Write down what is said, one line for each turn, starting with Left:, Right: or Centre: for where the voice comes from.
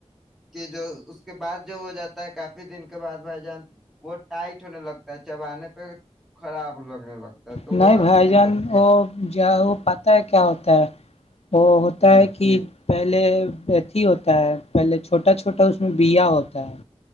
Centre: کہ جو اس کے بعد جو ہو جاتا ہے کافی دن کے بعد بھائی جان وہ ٹائٹ ہونے لگتا ہے چبانے پہ خراب لگنے لگتا ہے تو
Left: نہیں
Centre: وہ اچھی
Left: بھائی جان
Centre: لگتی
Left: وہ
Centre: ہے
Left: کیا وہ پتہ ہے کیا ہوتا ہے وہ ہوتا
Centre: جی
Left: ہے کہ پہلےتھی ہوتا ہے پہلے چھوٹا چھوٹا اس میں بیا ہوتا ہے